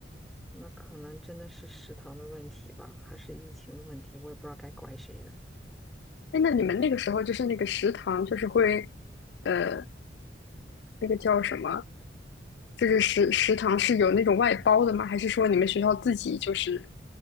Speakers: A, in the centre; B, on the left (about 70°).
A: 那可能真的是食堂的问题吧，还是疫情的问题，我也不知道该怪谁了。
B: 哎，那你们那个时候就是那个食堂就是会，呃，那个叫什么？就是食食堂是有那种外包的吗？还是说你们学校自己就是